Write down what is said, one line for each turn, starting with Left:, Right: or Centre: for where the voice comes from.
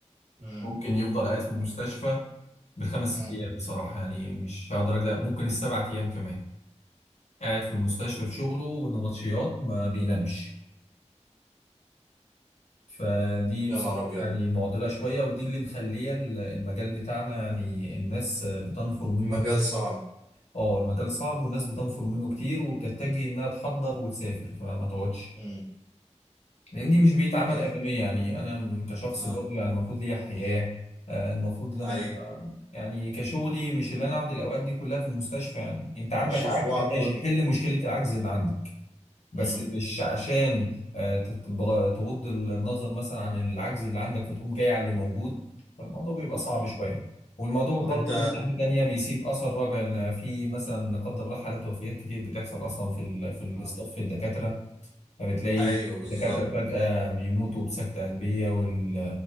Right: مم.
Left: ممكن يفضل قاعد في المستشفى بالخمس
Right: مم.
Left: ست ايام بصراحه يعني مش هقدر اجزع ممكن السبع ايام كمان قاعد في المستشفى في شغله والنبطشيات ما بينامش فدي
Right: يا
Left: بصراحه
Right: نهار ابيض
Left: يعني معضله شويه ودي اللي مخليه ال- المجال بتاعنا يعني الناس بتنفر منه
Right: مجال صعب
Left: اه المجال صعب والناس بتنفر منه كتير وبتتجه انها تحضر وتسافر فما تقعدش
Right: مم.
Left: لان دي مش بيتعمل
Right: الط-
Left: ادميه يعني انا كشخص
Right: اه
Left: برضه يعني المفروض ليا حياه آه، المفروض ان انا
Right: ايوه
Left: أبقى- يعني كشغلي مش اللي انا اقعد الاوقات دي كلها في المستشفى يعني انت عندك
Right: مش اسبوعك
Left: عجز ماشي
Right: كله
Left: حل مشكله العجز اللي عندك بس
Right: مم.
Left: مش عشان آه، تتبغ- تغض النظر مثلا عن العجز اللي عندك فتقوم جاي على اللي موجود فالموضوع بيبقى صعب
Right: مم.
Left: شويه والموضوع
Right: طب
Left: برضه
Right: انت
Left: من ناحيه تانيه بيسيب اثر راجع ان في مثلا لا قدر الله حالات وفيات كتير بتحصل اصلا في ال في الاستاف
Right: آه.
Left: في الدكاتره فبتلاقي
Right: ايوه بالظبط
Left: الدكاترة فجأة بيموتوا بسكتة قلبية وال